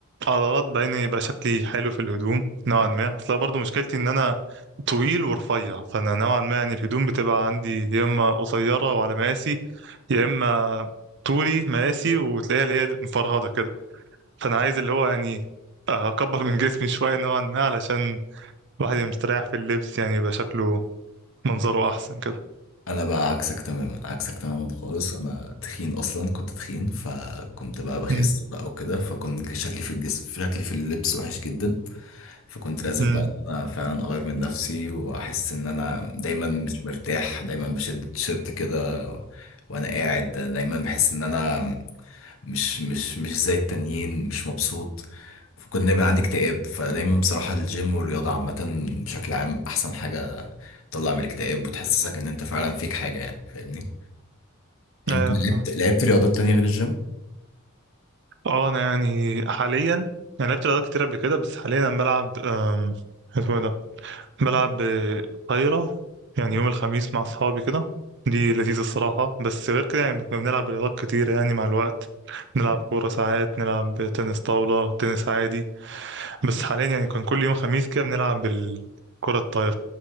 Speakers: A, on the right; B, on the left.
A: عضلات بين يبقى شكلي حلو في الهدوم نوعا ما اصل برضه مشكلتي ان انا طويل ورفيع فانا نوعا ما يعني الهدوم بتبقى عندي يا اما قصيره وعلى مقاسي يا اما طولي مقاسي وتلاقيها اللي هي مفرهده كده فانا عايز اللي هو يعني اكبر من جسمي شويه نوعا ما علشان الواحد يبقى مستريح في اللبس يعني يبقى شكله منظره احسن كده
B: انا بقى عكسك تماما عكسك تماما خالص انا تخين اصلا كنت تخين فكنت بقى بخس
A: امم
B: بقى وكده فكنت شكلي في الجسم شكلي في اللبس وحش جدا فكنت لازم
A: امم
B: بقى ان انا فعلا اغير من نفسي واحس ان انا دايما مش مرتاح دايما بشد التيشيرت كده وانا قاعد دايما بحس ان انا مش مش مش زي التانيين مش مبسوط فكنت دايما عندي اكتئاب فدايما بصراحة الجيم والرياضة عامة بشكل عام أحسن حاجة تطلع من الاكتئاب وتحسسك إن أنت فعلا فيك حاجة يعني فاهمني أنت
A: ايوه
B: لعبت لعبت رياضات تانية غير الجيم؟
A: اه انا يعني حاليا انا لعبت رياضات كتير قبل كده بس حاليا انا بلعب أم، اسمه إيه ده بلعب آه، طايرة يعني يوم الخميس مع اصحابي كده دي لذيذة الصراحة بس غير كده يعني كنا بنلعب رياضات كتير يعني مع الوقت نلعب كورة ساعات نلعب تنس طاولة تنس عادي بس حاليا يعني كان كل يوم خميس كده بنلعب الكرة الطايرة